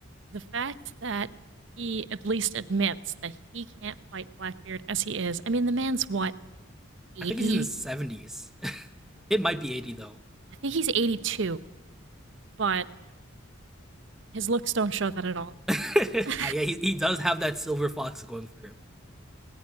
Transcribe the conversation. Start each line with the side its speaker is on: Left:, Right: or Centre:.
Right: the fact that he at least admits that he can't fight Blackbeard as he is. I mean, the man's what, 80?
Centre: I think he's in his seventies. <laughs> it might be eighty though.
Right: I think he's 82, but his looks don't show that at all.
Centre: <laughs>
Right: <laughs>
Centre: Ah, yeah, he, he does have that silver fox going for him.